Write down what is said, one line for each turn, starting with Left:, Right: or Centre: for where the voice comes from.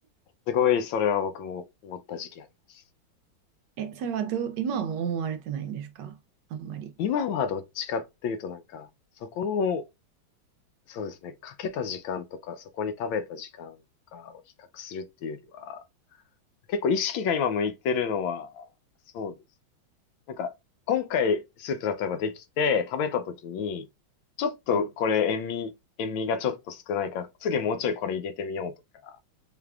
Left: すごい、それは僕も思った時期あります。
Right: え、それはどう、今はもう思われてないんですかあんまり。
Left: 今はどっちかっていうとなんか、そこの、そうですね、かけた時間とか、そこに食べた時間とかを比較するっていうよりは、結構意識が今向いてるのは、そうです。なんか、今回スープ例えばできて食べた時に、ちょっとこれ塩味、
Right: はい
Left: 塩味がちょっと少ないから、次もうちょいこれ入れてみようとか、